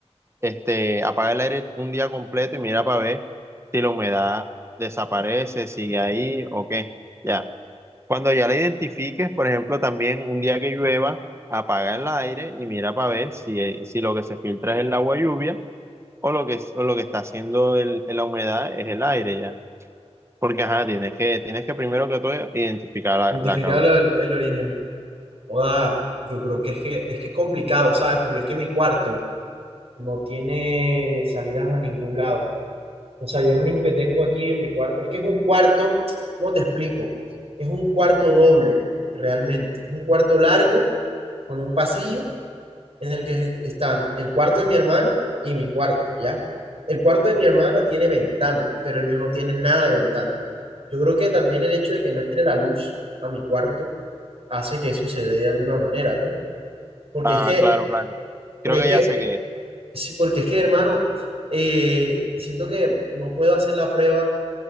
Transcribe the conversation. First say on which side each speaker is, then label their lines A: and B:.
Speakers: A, on the right; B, on the right.
A: este, apaga el aire un día completo y mira para ver si la humedad desaparece, sigue ahí o qué. Ya. Cuando ya la identifiques, por ejemplo, también un día que llueva, apaga el aire y mira para ver si, eh, si lo que se filtra es el agua lluvia o lo que, o lo que está haciendo el, la humedad es el aire ya. Porque, ajá, tienes que, tienes que primero que todo identificar la,
B: identificar
A: la causa.
B: el, el origen. Joda, yo creo que es que, es que es complicado, ¿sabes? Porque es que mi cuarto no tiene salidas a ningún lado. O sea, yo lo único que tengo aquí en mi cuarto, es que es un cuarto, ¿cómo te explico? Es un cuarto doble, realmente. Es un cuarto largo con un pasillo en el que están el cuarto de mi hermana y mi cuarto, ¿ya? El cuarto de mi hermana tiene ventana, pero el mío no tiene nada de ventana. Yo creo que también el hecho de que no entre la luz a mi cuarto hace que eso se dé de alguna manera, ¿no? Porque
A: Ah,
B: es que,
A: claro, claro. Creo
B: porque
A: que
B: es que,
A: ya sé qué es.
B: sí, porque es que, hermano, eh, siento que no puedo hacer la prueba